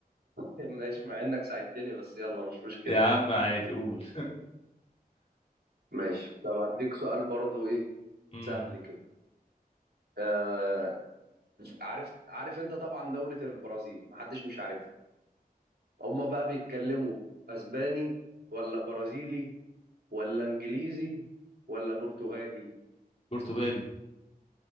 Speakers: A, on the right; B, on the left.
A: ماشي مع انك ساعدتني بس يلا مش مشكلة
B: يا عم عادي قول
A: ماشي طب اديك سؤال برضو ايه
B: <laughs> امم
A: سهل كده آه، عارف عارف انت طبعا دولة البرازيل محدش مش عارفها هما بقى بيتكلموا اسباني ولا برازيلي ولا انجليزي ولا برتغالي
B: برتغالي